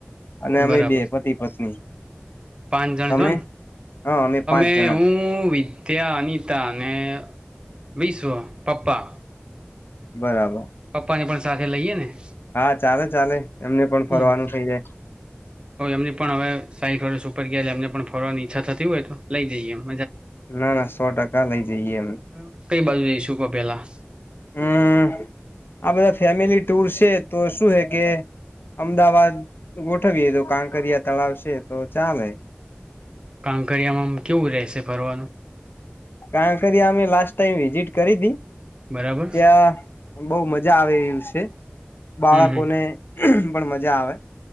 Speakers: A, on the left (about 65°); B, on the right (about 25°).
A: અને અમે
B: બરાબર
A: બે પતિ પત્ની
B: પાંચ જણ
A: તમે
B: છો ને
A: હા પાંચ
B: અમે
A: જણા
B: હું ત્યાં અનિતા અને વિશ્વ પપ્પા
A: બરાબર
B: પપ્પાને પણ સાથે લઈએ ને
A: હા ચાલે ચાલે એમને પણ
B: હમ
A: ફરવાનું થઇ જાય
B: તો એમની પણ હવે સાઈ વર્સ ઉપર ગયા એમને પણ ફરવાની ઈચ્છા થતી હોય તો લઈ જઈએ એમ
A: ના ના સો ટકા લઈ જઈએ એમ
B: બરાબર કઈ બાજુ જઈશું કહ પેલા
A: હમ આ બધા ફેમિલી ટુર છે તો શું હે કે અમદાવાદ ગોઠવીયએ તો કાંકરિયા તળાવ છે તો ચાલે હૈ
B: કાંકરિયામાં કેવું રહેશે ફરવાનું
A: કારણ કરી અમે લાસ્ટ ટાઈમ વિઝિટ કરી દી
B: બરાબર
A: ત્યાં બહુ મજા મજા આવે એવી છે બાળકોને
B: હમ હમ
A: પણ મજા આવે